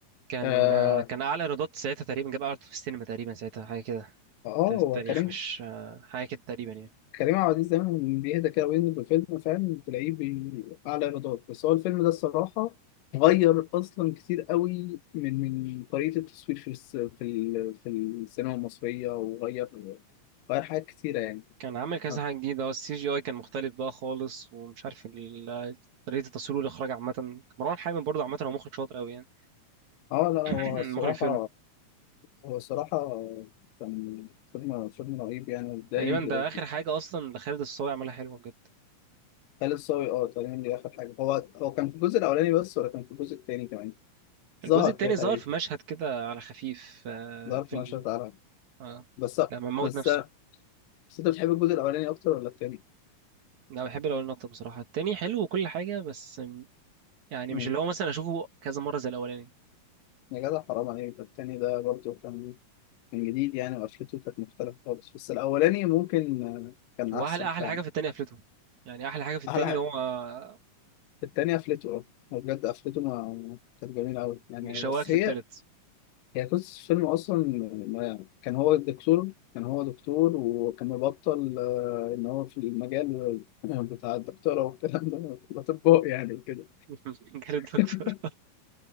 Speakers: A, on the right; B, on the left.
A: كان
B: اه
A: آه، كان اعلى ايرادات ساعتها تقريبا جاب اعلى في السينما تقريبا ساعتها حاجه كده
B: آه،
A: التاريخ
B: هو كريم
A: مش آه، حاجه كده تقريبا يعني
B: كريم عبد العزيز دايما بيهدى كده وينزل بالفيلم فاهم تلاقيه بي- اعلى ايرادات بس هو الفيلم ده الصراحه غير اصلا كتير قوي من من طريقه التصوير في الس... في ال... في السينما المصريه وغير غير حاجات كتيره يعني
A: كان عامل كذا
B: اه
A: حاجة جديدة اه السي جي اي كان مختلف بقى خالص ومش عارف ال- طريقة التصوير والإخراج عامة مروان حامد برضه عامة هو مخرج شاطر أوي يعني
B: آه، لا هو
A: <clears throat>
B: الصراحه
A: مخرج فيلم
B: هو الصراحة كان فيلم فيلم رهيب يعني زي
A: تقريبا ده
B: أو
A: آخر حاجة أصلا لخالد الصاوي عملها حلوة بجد
B: خالد صاوي اه تقريبا دي آخر حاجة هو هو كان في الجزء الأولاني بس ولا كان في الجزء التاني كمان
A: الجزء
B: ظهر
A: التاني
B: كده تقريبا
A: ظهر في مشهد كده على خفيف آه،
B: ظهر في
A: في ال...
B: مشهد تعالى
A: آه.
B: بس
A: لما موت
B: بس
A: نفسه
B: بس أنت بتحب الجزء الأولاني أكتر ولا التاني؟
A: أنا بحب الأولاني أكتر بصراحة التاني حلو وكل حاجة بس يعني
B: مم.
A: مش اللي هو مثلا أشوفه كذا مرة زي الأولاني
B: يا جدع حرام عليك ده التاني ده برضه كان كان جديد يعني وقفلته كانت مختلفة خالص بس الأولاني ممكن آه، كان
A: هو
B: أحسن
A: أحلى أحلى
B: فعلا
A: حاجة في التاني قفلته يعني أحلى حاجة في التاني
B: أحلى حاجة
A: اللي هو آه،
B: التاني قفلته اه هو بجد قفلته ما كانت جميلة أوي يعني
A: بيشوقك
B: بس
A: للتالت
B: هي هي قصة الفيلم أصلا ما- كان هو دكتور كان هو دكتور وكان مبطل آه، إن هو في المجال بتاع الدكتورة والكلام ده الأطباء يعني وكده
A: <laughs> جالد دكتور
B: <laughs>